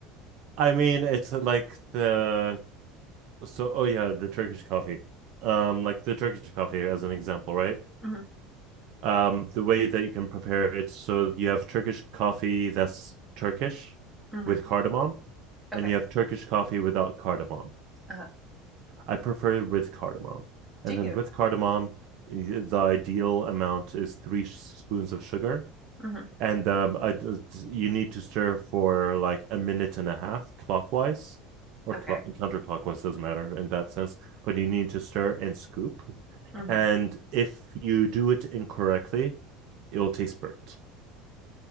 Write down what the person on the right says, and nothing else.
I mean, it's uh, like the so oh yeah, the Turkish coffee. Um, like the Turkish coffee as an example, right?
Um, the way that you can prepare it, so you have Turkish coffee that's Turkish
with cardamom,
and you have Turkish coffee without cardamom.
I prefer with cardamom, and
then with cardamom, the ideal amount is three spoons of sugar
and um, I d- you need to stir for like a minute and a half clockwise or
cl- counterclockwise doesn't matter in that sense but you need to stir and scoop
and if you do it incorrectly it will taste burnt